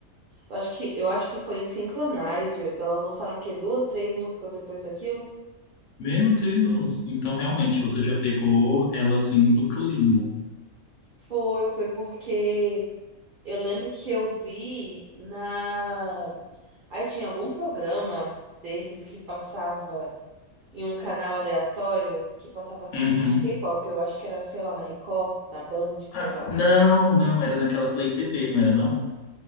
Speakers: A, on the right; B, on the left.
A: eu acho que, eu acho que foi em Synchronize, elas lançaram o quê? Duas, três músicas depois daquilo?
B: Meu Deus, então realmente você já pegou elas indo pro limbo.
A: Foi, foi porque Eu lembro que eu vi na. Aí tinha algum programa desses que passava em um canal aleatório que passava clipe
B: Uhum.
A: de K-pop. Eu acho que era, sei lá, na Record, na Band, sei
B: Ah,
A: lá.
B: não, não, era naquela Play TV, não era não?